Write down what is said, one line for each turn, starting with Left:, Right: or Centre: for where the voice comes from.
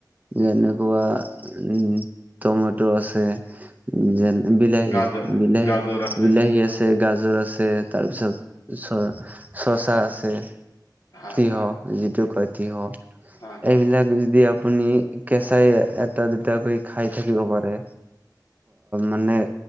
Right: যেনেকুৱা উম টমেট' আছে। উম, যেন বিলাহী,
Left: গাজৰ
Right: বিলাহী-বিলাহী
Left: গাজৰ আছে
Right: আছে। আছে, গাজৰ আছে, তাৰপিছত চ-চচা আছে।
Left: হয়
Right: তিয়হ,
Left: হয়
Right: যিটো কয় তিয়হ
Left: হয় হয়
Right: এইবিলাক যদি আপুনি কেঁচাই এটা দুটাকৈ খায় থাকিব পাৰে মানে